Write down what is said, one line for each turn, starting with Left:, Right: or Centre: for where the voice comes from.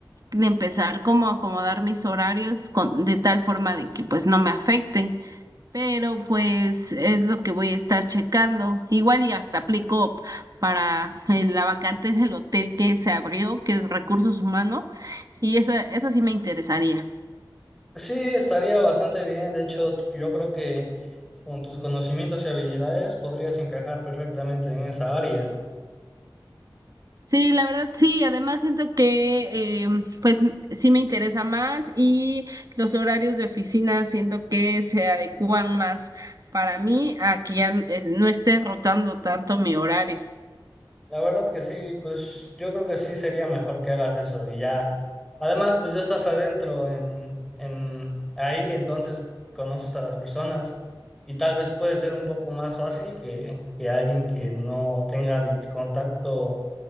Right: de empezar como a acomodar mis horarios con, de tal forma de que pues no me afecten, pero pues es lo que voy a estar checando, igual y hasta aplico para eh, la vacante del hotel que se abrió, que es recursos humanos, y esa, esa sí me interesaría.
Centre: Sí, estaría bastante bien. De hecho, yo creo que con tus conocimientos y habilidades podrías encajar perfectamente en esa área.
Right: Sí, la verdad sí, además siento que eh, pues sí me interesa más y los horarios de oficina siento que se adecuan más para mí a que ya eh, no esté rotando tanto mi horario.
Centre: La verdad que sí, pues yo creo que sí sería mejor que hagas eso y ya. Además, pues ya estás adentro en, en ahí, entonces conoces a las personas y tal vez puede ser un poco más fácil que, que alguien que no tenga di- contacto